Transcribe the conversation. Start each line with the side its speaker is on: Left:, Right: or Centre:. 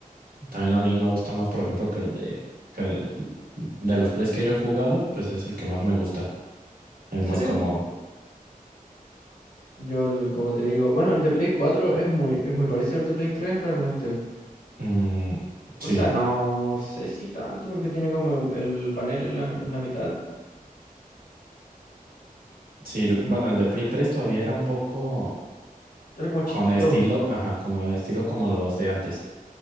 Right: También a mí me gusta más, por ejemplo, que el de, que el- de los plays que yo he jugado, pues es el que más me gusta, el
Left: ¿En
Right: más
Left: serio?
Right: cómodo.
Left: Yo, el- como te digo, bueno, el de Play 4 es muy, es muy parecido al de Play 3 realmente.
Right: Mm, sí.
Left: O sea, no sé si tanto porque tiene como el, el panel en la, mi- en la mitad.
Right: Sí, l-
Left: Mm,
Right: bueno, el de Play tres todavía era un poco
Left: Era como chiquito.
Right: con estilo, ajá, como estilo como los de antes.